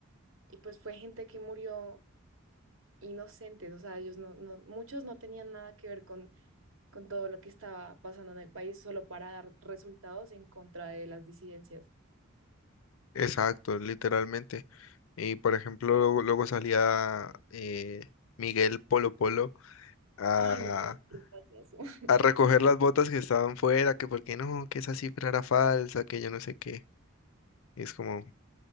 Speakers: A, on the right; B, on the left.
A: y pues fue gente que murió inocentes. O sea, ellos no, no, muchos no tenían nada que ver con, con todo lo que estaba pasando en el país solo para dar resultados en contra de las disidencias.
B: Exacto, literalmente. Y por ejemplo, luego, luego salía eh, Miguel Polo Polo a,
A: Ay, no, es que payaso. <laughs>
B: a recoger las botas que estaban fuera, que porque no, que esa cifra era falsa, que yo no sé qué. Y es como